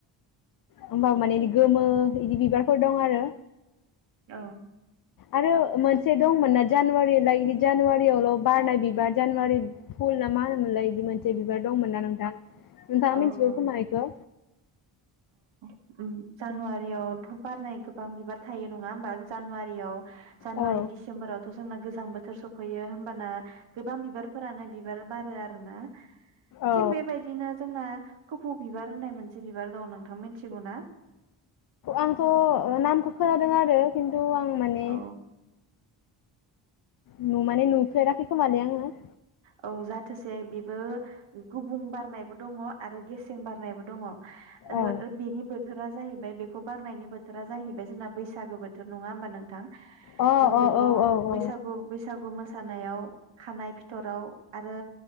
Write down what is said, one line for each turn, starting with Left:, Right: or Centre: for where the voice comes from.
Left: होमबाबो माने इदि गोमो इदि बिबारफोर दं आरो।
Right: औ
Left: आरो मोनसे दंमोन ना जानुवारिलाय बिदि जानुवारियावल बारनाय बिबार जानुवारि फुल ना मा होनोमोनलाय इदि मोनसे जे बिबार दंमोन ना नोंथां नोंथाङा
Right: औ
Left: मिथिगौ
Right: औ
Left: खोमा इखौ।
Right: ओम जानुवारियावथ बारनाय गोबां बिबार थायो नङा होमबा जानुवारियाव जानुवारि
Left: औ
Right: दिसेमबरावथ जोंना गोजां बोथोर सफैयो होमबाना गोबां बिबारफोरानो बिबार बारो आरो ना।
Left: औ
Right: थिग बेबायदिनो जोंना खफौ बिबार होननाय मोनसे बिबार दं नोंथां मिथिगौ ना?
Left: आंथ' नामखौ खोनादों आरो खिन्थु आं माने
Right: औ
Left: नु माने नुफेराखै खोमालै आङो।
Right: औ जाथोसे बेबो गुबुं बारनायबो दङ आरो गेसें बारनायबो दङ। ओ
Left: औ
Right: बेनि बोथोरा जाहैबाय बेखौ बारनायनि बोथोरा जाहैबाय जोंना बैसागो बोथोर नङा होमबा नोंथां?
Left: अ
Right: जों
Left: अ
Right: बेखौ
Left: औ औ औ
Right: बैसागु बैसागु मोसानायाव खानाय फि फिथ'राव आरो